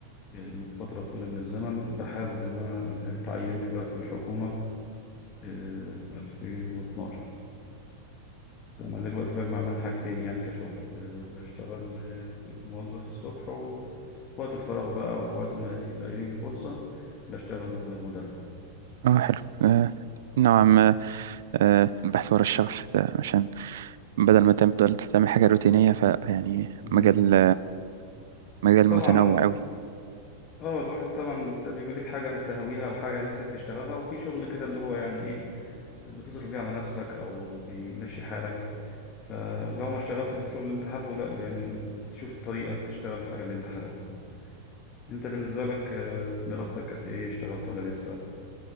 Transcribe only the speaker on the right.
اه حلو آه نوعا ما آه البحث ورا الشغف ده عشان بدل ما تفضل تعمل حاجة روتينية فيعني
مجال مجال
متنوع قوي